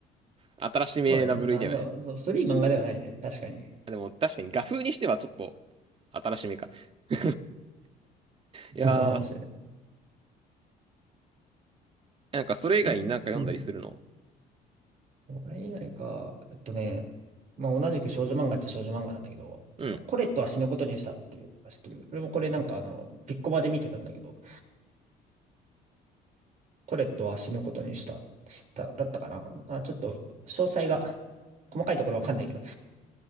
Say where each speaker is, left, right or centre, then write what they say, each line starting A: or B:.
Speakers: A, on the right (about 35°); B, on the right (about 50°).
A: 新しめな部類だよね。
B: そうだね。そんな、そう、そう古い漫画ではないね。確かに。<laughs>
A: でも確かに画風にしてはちょっと新しめか。<laughs> いや
B: そうかかもしれない。
A: ー、なんかそれ以外になんか読んだりするの
B: 逆、うんこれ以外か、えっとね、まあ同じく少女漫画っちゃ少女漫画なんだけど、
A: うん、
B: あの、コレットは死ぬことにしたっていう、知ってる俺もこれなんかあの、ピッコマで見てたんだけど、コレットは死ぬことにした、した、だったかな。あ、ちょっと、詳細が、細かいところわかんないけど、